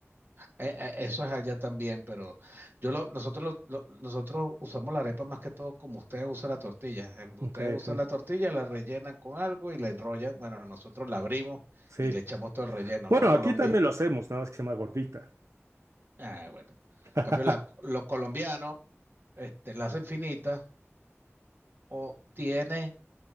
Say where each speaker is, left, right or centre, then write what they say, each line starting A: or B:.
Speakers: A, on the right; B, on the right.
A: eh, eh, eso es allá también, pero yo lo, nosotros lo- lo- nosotros usamos la arepa más que todo como ustedes usan la tortilla. Em,
B: Ok,
A: Ustedes usan
B: ok.
A: la tortilla, la rellenan con algo y la enrollan. Bueno, nosotros la abrimos
B: Sí.
A: y le echamos todo el relleno.
B: Bueno,
A: Los colombianos,
B: aquí también lo hacemos, nada más que se llama gordita.
A: ah, bueno.
B: <laughs>
A: En cambio, la- los colombianos este, enlace infinita, o tiene,